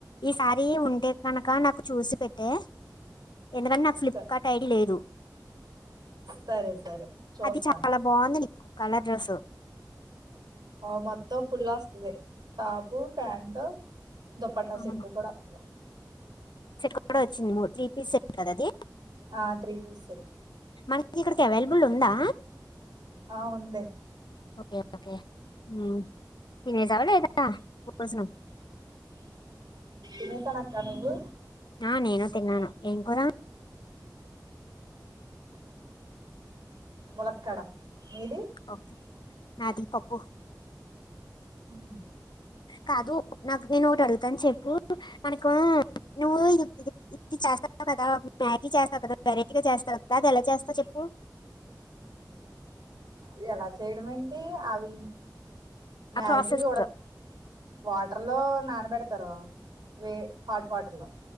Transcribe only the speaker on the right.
స
సరే సరే చూస్తాను
ఆ మొత్తం ఫుల్ వస్తుంది టాపు ప్యాంట్ దుప్పట్ట
సెట్టు కూడా వత్తది
ఆ త్రీ పీస్ సేట్
ఆ ఉంది
తినేసాను అక్కా నువ్వు
ములక్కాడ మీది
మ్మ్
ఏ అలా చేయడం ఏంటి ఆవీ మ్యాగీ
ఉడ వాటర్ లో నానబెడ్ తారు వే హాట్ వాటర్లో